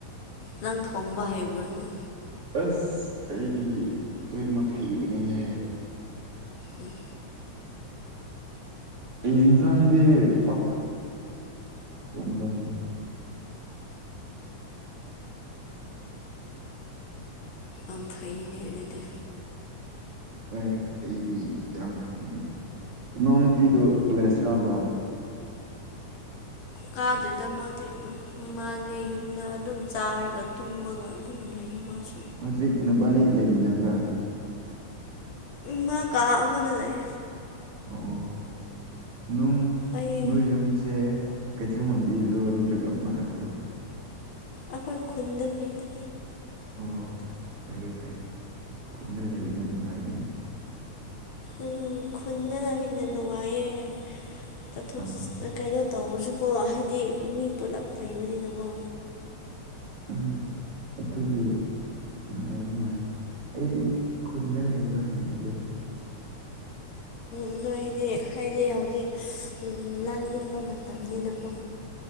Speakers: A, on the left; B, on the right.
A: ꯅꯪ ꯊꯣꯡꯕ ꯍꯩꯕ꯭ꯔꯅꯦ
B: ꯑꯁ ꯑꯩꯗꯤ ꯂꯣꯏꯅꯃꯛ ꯍꯩꯕꯅꯤꯅꯦ
A: ꯎꯝ
B: ꯏꯟꯁꯥꯡꯒꯤ ꯄꯥꯛ ꯐꯪꯗ
A: ꯑꯝꯐꯅꯦ ꯑꯗꯨꯔꯗꯤ
B: ꯍ ꯑꯩꯗꯤ ꯌꯥꯝ ꯐꯩꯅꯦ ꯅꯣꯡꯃꯇꯤꯗꯨ ꯂꯦꯁꯈꯕ꯭ꯔꯥ
A: ꯀꯥꯗꯨꯗ ꯃꯥꯗꯤ ꯃꯥꯁꯦ ꯌꯨꯝꯗ ꯑꯗꯨꯝ ꯆꯥꯔꯒ ꯇꯨꯝꯃꯒ ꯑꯗꯨꯝ ꯂꯩꯌꯦ ꯃꯥꯁꯨ
B: ꯍꯧꯖꯤꯛ ꯅꯨꯄꯥꯅꯤ ꯂꯩꯃꯤꯟꯅꯕ꯭ꯔꯥ
A: ꯃꯥ ꯀꯥ ꯑꯃꯗ ꯂꯩ
B: ꯑꯣ ꯅꯨꯡ
A: ꯑꯩ
B: ꯅꯣꯏ ꯌꯨꯝꯁꯦ ꯀꯩꯊꯦꯜ ꯃꯝꯕꯤꯔꯔꯣ ꯅꯠꯇ꯭ꯔꯒ ꯃꯊꯛꯇꯔꯣ
A: ꯑꯩꯈꯣꯏ ꯈꯨꯟꯗ ꯂꯩꯅ
B: ꯑꯣ ꯐꯩꯌꯦ ꯐꯩꯌꯦ ꯈꯨꯅ ꯂꯩꯕꯅ ꯅꯨꯡꯉꯥꯏꯕꯅꯤ
A: ꯎꯝ ꯈꯨꯟꯗꯅ ꯍꯦꯟꯅ ꯅꯨꯡꯉꯥꯏꯌꯦ ꯆꯠꯊꯣꯛ
B: ꯑꯣ
A: ꯆꯠ ꯀꯩꯅꯣ ꯇꯧꯕꯔꯁꯨꯀꯣ ꯍꯥꯏꯗꯤ ꯃꯤ ꯄꯨꯂꯞ ꯂꯩꯕꯅꯤꯅꯀꯣ
B: ꯎꯝ ꯑꯗꯨꯠꯇꯗꯤ ꯎꯝꯉꯕ ꯃꯥꯜꯂꯤ ꯑꯩꯗꯤ ꯈꯨꯟꯗ ꯂꯩꯕ ꯍꯩꯅꯗꯣꯏꯗ
A: ꯎꯝꯣꯏ ꯗꯤ ꯍꯥꯏꯗꯤ ꯍꯧꯖꯤꯛ ꯂꯥꯡ ꯌꯦꯡꯕ ꯃꯇꯝꯅꯤꯅꯀꯣ